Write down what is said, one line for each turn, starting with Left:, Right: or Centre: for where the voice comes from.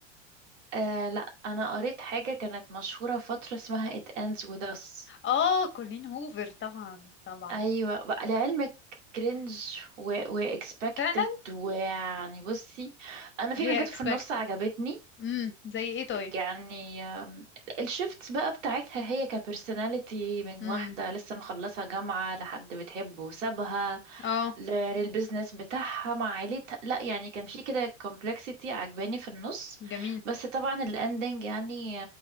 Right: آه لا انا قريت حاجه كانت مشهوره فتره اسمها It Ends With Us
Left: اه كولين هوفر طبعا طبعا
Right: ايوه بقى لعلمك كرنج و... واكسبكتد
Left: فعلا
Right: ويعني بصي انا في
Left: هي
Right: حاجات
Left: expected
Right: في النص عجبتني
Left: امم زي ايه طيب
Right: يعني آم، الشيفت بقى بتاعتها هي كبرسوناليتي من
Left: امم
Right: واحدة لسه مخلصة جامعة لحد بتحبه وسابها
Left: اه
Right: ل- للبيزنس بتاعها مع عيلتها لا يعني كان في كده كومبلكسيتي عجباني في النص
Left: جميل
Right: بس طبعا الاندنج يعني